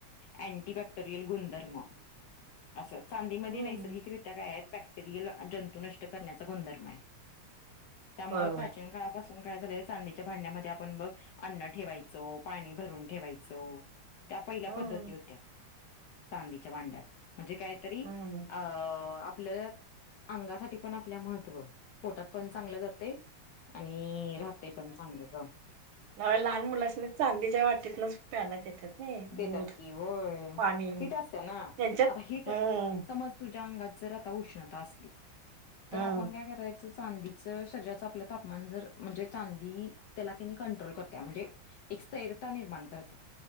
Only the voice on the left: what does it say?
आंटीबाॅक्टरयल गुंधर्म असं चांदीमध्येध्ये
नैसर्गिकरित्या काय आहेत बॅक्टेरियल जंतू नष्ट करण्याचा गुणधर्म आहे त्यामुळे
प्राचीन काळापासून काय झालं चांदीच्या भांड्यामध्ये आपण बघ अन्न ठेवायचो पाणी भरून ठेवायचो त्या पहिल्या
पद्धती होत्या चांदीच्या भांड्यात म्हणजे काहीतरी
अ आपल्या अंगासाठी पण आपल्या महत्व पोटात पण चांगलं जाते आणि राहतेय पण चांगलं का
देतात
की होय
हिट असते ना
आता हिट
समज तुझ्या अंगात जर उष्णता असली तर
आपण काय कराय चांदीच शरीराच आपलं तापमान जर म्हणजे चांदी त्याला तकणी कंट्रोल करत्या म्हणजे एक स्थरता निर्माण करत्या